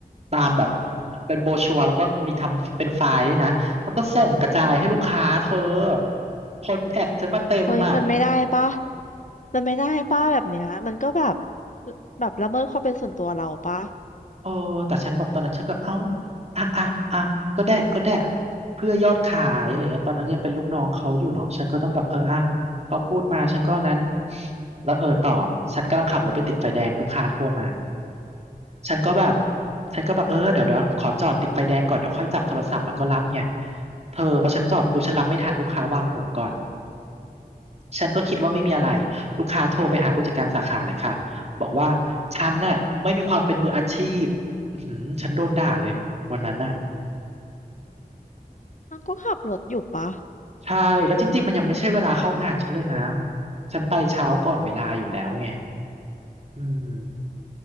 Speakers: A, on the right (about 45°); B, on the left (about 55°).
A: ตามแบบเป็นโบรชัวร์แล้วก็มีทำเป็นไฟล์ด้วยนะแล้วก็ส่งกระจายให้ลูกค้าเธอคนแอดฉันมาเต็มอ่ะ
B: เฮ้ยมันไม่ได้ปะมันไม่ได้ปะแบบเนี้ยมันก็แบบแบบละเมิดความเป็นส่วนตัวเราปะ
A: เออแต่ฉันแบบตอนนั้นฉันก็เอ้าอ่ะอ่ะอ่ะก็ได้ก็ได้เพื่อยอดขายอะไรเงี้ยตอนนั้นยังเป็นลูกน้องเขาอยู่เนาะฉันก็ต้องแบบเอออ่ะเขาพูดมาฉันก็นั้นแล้วเออต่อฉันกำลังขับรถไปติดไฟแดงลูกค้าโทรมาฉันก็แบบฉันก็แบบเออเดี๋ยวเดี๋ยวขอจอดติดไฟแดงก่อนเดี๋ยวค่อยจับโทรศัพท์แล้วก็รับไงเธอพอฉันจอดปุ๊บฉันรับไม่ทันลูกค้าวางหูก่อน ฉันก็คิดว่าไม่มีอะไรลูกค้าโทรไปหาผู้จัดการสาขาเลยค่ะบอกว่าฉันน่ะไม่มีความเป็นมืออาชีพอื้อหือฉันโดนด่าเลยวันนั้นน่ะ
B: มันก็ขับรถอยู่ปะ
A: ใช่แล้วจริงๆมันยังไม่ใช่เวลาเข้างานฉันเลยนะฉันไปเช้าก่อนเวลาอยู่แล้วไงอืม